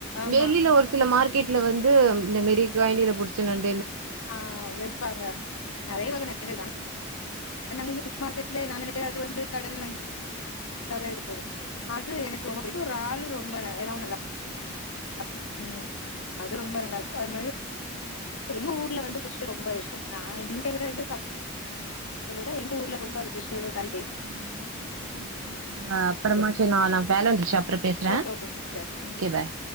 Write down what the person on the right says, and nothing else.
வெளில ஒரு சில மார்க்கெட் வீட்ல வந்து இந்த மெரி <unintelligible> புடிச்ச நன்
ஹ <inaudible> நம்ம அப்புறமா செரி ந நா வேல வந்துருச்சு அப்ற பேசுறே
ஒகே பாய்